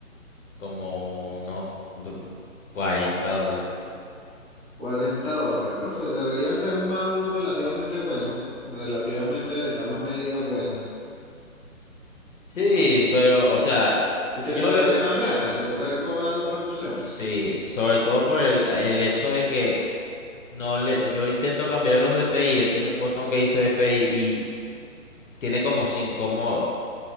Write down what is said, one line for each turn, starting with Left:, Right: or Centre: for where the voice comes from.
Left: como unos b- 40 dólares.
Centre: cuarenta dólares. Concho, debería ser un mouse relativamente bueno, relativamente de gama media buena.
Left: Sí, pero, o sea,
Centre: ¿Y que
Left: yo
Centre: te gustaría
Left: le...
Centre: cambiarlo? ¿Te gustaría probar otras opciones?
Left: Sí, sobre todo por el, el hecho de que no le... Yo intento cambiar los DPI, él tiene un botón que dice DPI y tiene como cinco modos.